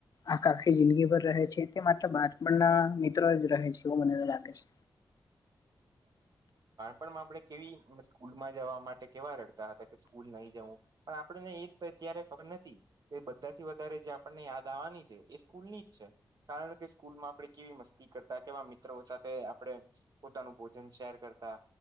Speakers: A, on the left; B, on the right.
A: આખ આખી જિંદગીભર રહે છે તે માત્ર બાળપણના મિત્રો જ રહે છે, એવું મને લાગે છે.
B: પણ્મ આપણે કેવી સ્કૂલ માં જવા માટે કેવા રડતા હતા કે સ્કૂલ નહી જવું, પણ આપડને એ <unintelligible> ત્યારે ખબર નતી કે બધાથી વધારે જે આપણને યાદ આવવાની છે એ સ્કૂલની જ છે કારણ કે સ સ્કૂલમાં આપણે કેવી મસ્તી કરતા કેવા મિત્ર ઓ સાથે આપણેે પોતાનું ભોજન શેર કરતા,